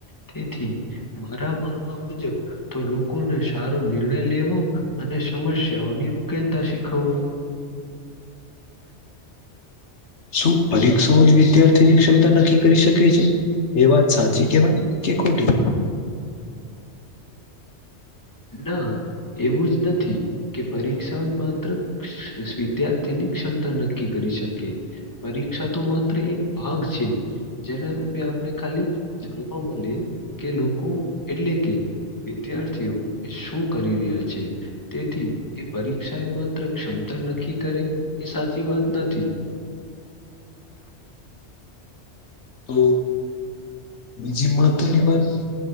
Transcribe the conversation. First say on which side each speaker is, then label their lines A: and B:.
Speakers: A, on the left; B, on the left.
A: તેથી મારા માનવા મુજબ તો લોકોને સારો નિર્ણય લેવો અને સમસ્યાઓની ઉકેલતા શીખવવો.
B: શું પરીક્ષાઓ જ વિદ્યાર્થીની ક્ષમતા નક્કી કરી શકે છે. એ વાત સાચી કવાય કે ખોટી.
A: ના એવું જ નથી. કે પરીક્ષાઓ જ માત્ર વિદ્યાર્થીની ક્ષમતા નક્કી કરી શકે. પરીક્ષા તો માત્ર એક ભાગ છે. જેના રૂપે આપણે ખાલી જાણવા મળે કે લોકો એટલે કે વિદ્યાર્થીઓ એ શું કરી રહ્યા છે. તેથી એ પરીક્ષા એ માત્ર ક્ષમતા નક્કી કરે એ સાચી વાત નથી.
B: તો
A: હમ્મ.
B: બીજી મહત્વની વાત